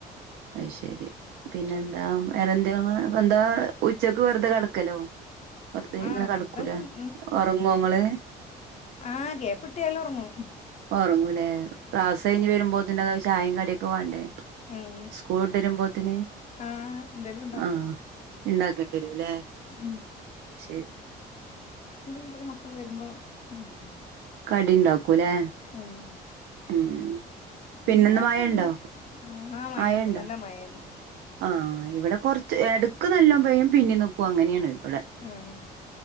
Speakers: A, on the right; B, on the left.
A: അത് ശെരി. പിന്നെന്താ വേറെന്തെ <unintelligible> എന്താ ഉച്ചക്ക് വെറുതെ കെടക്കലോ? വെറുതെ
B: ആ
A: ഇങ്ങനെ കെടക്കൂലേ
B: വെറുതെ ഇങ്ങ-
A: ഒറങ്ങോ ഇങ്ങള്?
B: ആഹ് ഗ്യാപ്പിട്ടിയാല് ഒറങ്ങും ഉം
A: ഒറങ്ങൂലേ ക്ലാസ്സ്‌ കഴിഞ്ഞ് വരുമ്പോത്ത്നഹ് ചായയും കടിയൊക്കെ വാണ്ടേ?
B: ഉം ഉം
A: സ്കൂള് വിട്ട് വരുമ്പോത്തിന്
B: ആഹ് എന്തേലും ഉണ്ടാക്കും
A: ആഹ് ഇണ്ടാക്കേണ്ടി വരുല്ലേ?
B: ഉം
A: ശരി
B: നിങ്ങളെ മക്കള് വരുമ്പോ ഉം ഉം
A: കടിണ്ടാക്കുലേ?
B: ഉം ഉം
A: ഉം
B: പിന്നെ
A: പിന്നെന്താ
B: കൊഴപ്പൊന്നുല്ല
A: മഴണ്ടോ
B: ആഹ് മഴയ്ണ്ട്
A: മഴണ്ടോ
B: നല്ല മഴന്നെ.
A: ആഹ് ഇവിടെ കൊർച്ച് എടക്ക് നല്ലോ പെയ്യും പിന്നെ നിക്കും അങ്ങനെയാണ്. ഇവിടെ
B: ആഹ്